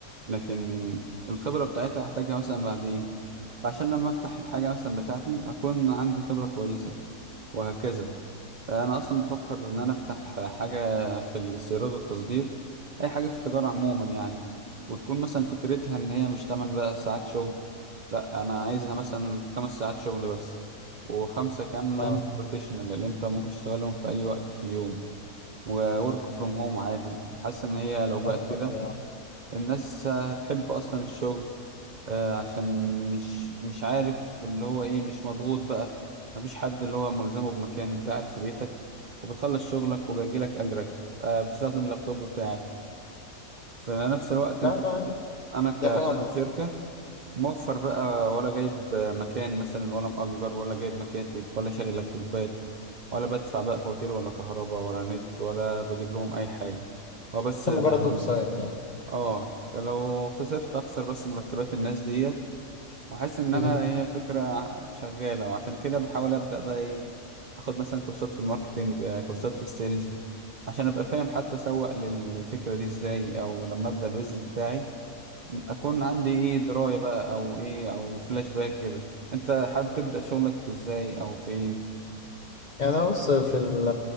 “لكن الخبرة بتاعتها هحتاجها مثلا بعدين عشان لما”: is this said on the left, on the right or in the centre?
Right